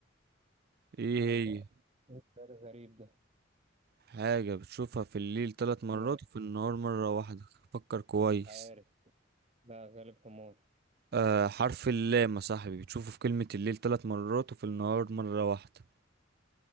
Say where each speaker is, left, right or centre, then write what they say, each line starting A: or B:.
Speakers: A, on the right; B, on the right.
A: ايه
B: حاجة
A: هي
B: إيه السؤال الغريب ده
A: حاجة بتشوفها في الليل ثلاث مرات
B: لا
A: وفي النهار مرة واحدة فكر كويس
B: عارف لا غالب حماري
A: آه حرف اللام يا صاحبي بتشوفه في كلمة الليل ثلاث مرات وفي النهار مرة واحدة